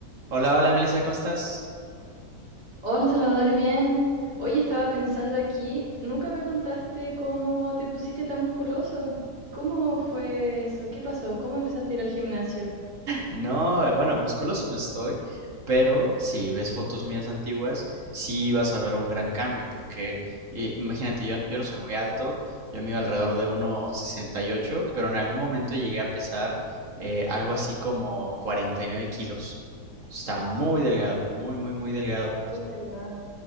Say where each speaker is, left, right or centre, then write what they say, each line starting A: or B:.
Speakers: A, on the right; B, on the right.
A: Hola, hola Melissa, ¿cómo estás?
B: Hola Salvador, bien. Oye, estaba pensando aquí, nunca me contaste cómo te pusiste tan musculoso. ¿Cómo fue eso? ¿Qué pasó? ¿Cómo empezaste a ir al gimnasio?
A: No, bueno, musculoso no estoy, pero si ves fotos mías antiguas, sí vas a ver un gran cambio, porque eh, imagínate, yo, yo no soy muy alto, yo mido alrededor de uno sesenta y ocho pero en algún momento llegué a pesar eh, algo así como 49 kilos. Está muy delgado, muy, muy, muy delgado.
B: Muy delgada.